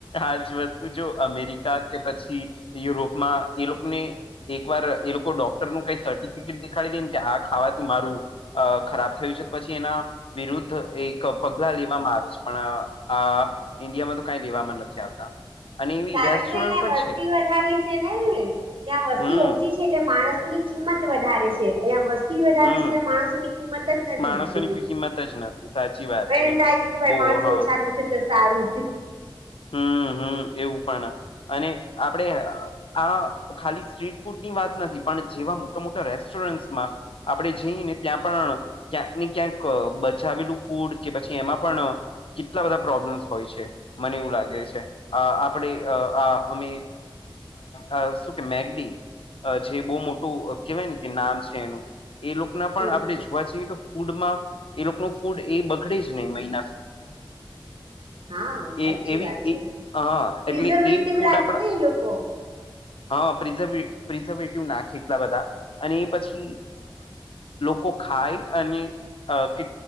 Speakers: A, on the left (about 80°); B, on the right (about 70°).
A: આજ વસ્તુ જો અમેરિકા કે પછી યુરોપમાં એ લોકોને એક વાર એ લોકો ડોક્ટર નું કઈ સર્ટિફિકેટ દેખાડી દેને કે આ ખાવાથી મારું અ ખરાબ થયું છે, પછી એના વિરુદ્ધ એક પગલા લેવામાં આવે છે પણ આ ઈન્ડિયામાં તો કઈ લેવામાં નથી આવતા. અને એવી
B: કારણ
A: રેસ્ટોરન્ટ
B: કે અહિયાં
A: પણ
B: વસ્તી
A: છે
B: વધારે છે ને ત્યાં વસ્તી
A: હમ
B: ઓછી એટલે માણસો ની કિંમત વધારે છે અહિયાયા વસ્તી વધારે
A: હમ
B: છે એટલે માણસોની કિંમત જ નથી
A: માણસોની કોઈ કિંમત જ નથી સાચી વાત
B: એમ
A: છે
B: થાય કે ભાઈ
A: બો
B: માણસ
A: હા
B: ઓછા થશે તો સારું.
A: હમ હમ એવું પણ અને આપડે આ ખાલી સ્ટ્રીટ ફૂડ ની વાત નથી પણ જેવા મોટા મોટા રેસ્ટોરન્ટમાં આપણેે જઈને ત્યાં પણ ક્યાંક ને ક્યાંક બચાવેલું ફૂડ કે પછી એમાં પણ કેટલા બધા પ્રોબ્લેમ્સ હોય છે. મને એવું લાગે છે, આ આપણે આ અમે આ શું કે મેગડી જે બહુ મોટું કેહેવાય ને કે નામ છે એનું એ લોકો
B: હમ
A: પણ આપણે જોવા જઈએ તો ફૂડમાં એ લોકો ન ફૂડ એ બગડે જ નહીં મહિના
B: હા સાચી
A: એ એવી
B: વાત
A: એ
B: છે
A: હા એટલે
B: પ્રિઝર્વેટિવ
A: એ ફૂડ
B: રાખી
A: આપડા
B: ને એ લોકો
A: હા પ્રઝ પ્રિઝર્વેટિવ નાખે એટલા બધા અને એ પછી લોકો ખાય અને- અ કે